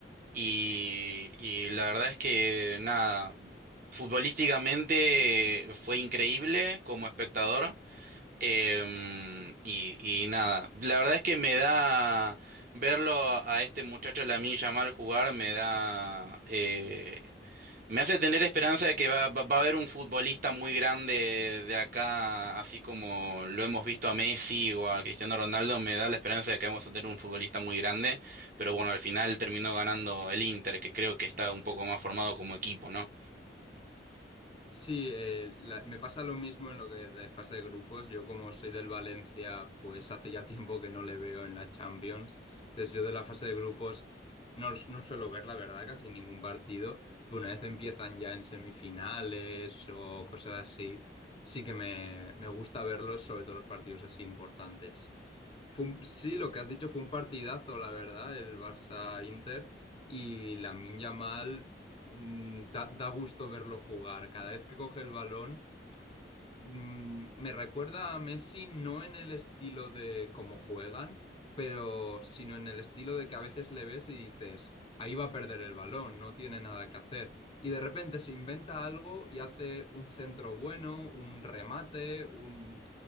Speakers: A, on the right (about 50°); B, on the left (about 30°).
A: Y, y la verdad es que nada, futbolísticamente fue increíble como espectador. em, y, y nada, la verdad es que me da verlo a este muchacho Lamine Yamal jugar, me da, eh, me hace tener esperanza de que va, va- va a haber un futbolista muy grande de acá, así como lo hemos visto a Messi o a Cristiano Ronaldo, me da la esperanza de que vamos a tener un futbolista muy grande, pero bueno, al final terminó ganando el Inter, que creo que está un poco más formado como equipo, ¿no?
B: Sí, eh, la- me pasa lo mismo en lo que de fase de grupos. Yo como soy del Valencia, pues hace ya tiempo que no le veo en la Champions. Entonces yo de la fase de grupos no, los- no suelo ver, la verdad, casi ningún partido. Pero una vez empiezan ya en semifinales o cosas así, sí que me, me gusta verlos, sobre todo los partidos así importantes. Fue un- sí, lo que has dicho fue un partidazo, la verdad, el Barça-Inter. Y Lamine Yamal mm, da, da gusto verlo jugar. Cada vez que coge el balón Mm, Me recuerda a Messi no en el estilo de cómo juegan, pero sino en el estilo de que a veces le ves y dices, ahí va a perder el balón, no tiene nada que hacer. Y de repente se inventa algo y hace un centro bueno, un remate, un...